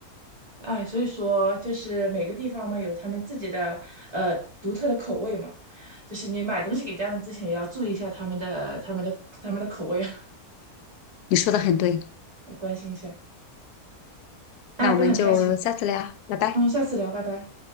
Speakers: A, on the right; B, on the left.
A: 哎，所以说就是每个地方嘛有他们自己的呃独特的口味嘛，就是你买东西给家人之前也要注意一下他们的他们的他们的口味啊，
B: 你说的很对，
A: <laughs> 要关心一下。哎，
B: 那我们就下次聊，
A: 都很开心，
B: 拜拜。
A: 嗯，下次聊，拜拜。